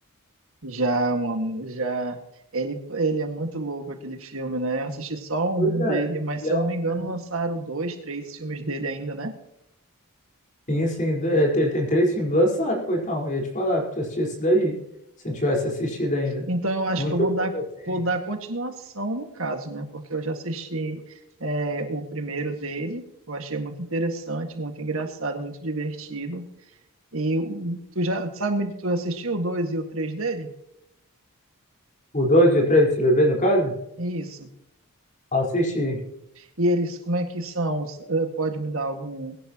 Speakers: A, on the right; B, on the left.
A: já, mano, já. Ele, ele é muito louco aquele filme, né? Eu assisti só um
B: Pois é,
A: dele, mas
B: ele
A: se
B: é
A: eu não
B: um
A: me engano,
B: filme.
A: lançaram dois, três filmes dele ainda, né?
B: Sim, sim, é, ele tem três filmes lançados, pô, então, eu ia te falar, pra tu assistir esse daí, se não tivesse assistido ainda.
A: Então eu acho
B: Muito
A: que eu vou dar,
B: bom, assim.
A: vou dar continuação no caso, né? Porque eu já assisti é, o primeiro dele, eu achei muito interessante, muito engraçado, muito divertido. E o- tu já sabe, tu assistiu o 2 e o 3 dele?
B: O 2 e o 3 desse bebê, no caso?
A: Isso.
B: Assisti.
A: E eles, como é que são? S- eh, Pode me dar algum